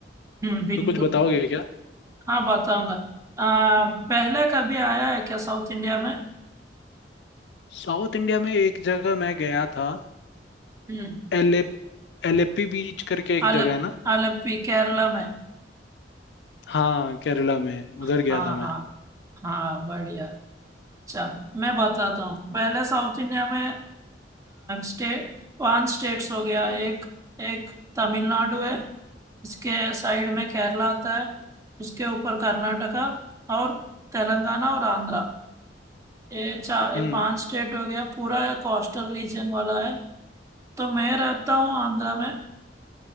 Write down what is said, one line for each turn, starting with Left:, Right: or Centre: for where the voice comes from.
Right: हम्म, बिल्कुल
Left: तो कुछ बताओगे क्या
Right: हाँ बताऊंगा आ, पहले कभी आया है क्या साउथ इंडिया में
Left: साउथ इंडिया में एक जगह मैं गया था
Right: हम्म
Left: एले एलेपी बीच करके एक
Right: आलप
Left: जगह है ना
Right: आलप्पी केरला में
Left: हाँ केरला में उधर
Right: हाँ
Left: गया था मैं
Right: हाँ हाँ बढ़िया अच्छा मैं बताता हूँ पहले साउथ इंडिया में स्टेट पांच स्टेट्स हो गया एक एक तमिलनाडु है इसके साइड में केरला आता है इसके ऊपर कर्नाटका और तेलंगाना और आंध्रा ये चार ये
Left: हम्म
Right: पांच स्टेट हो गया पूरा कोस्टल रीजन वाला है तो मैं रहता हूँ आंध्रा में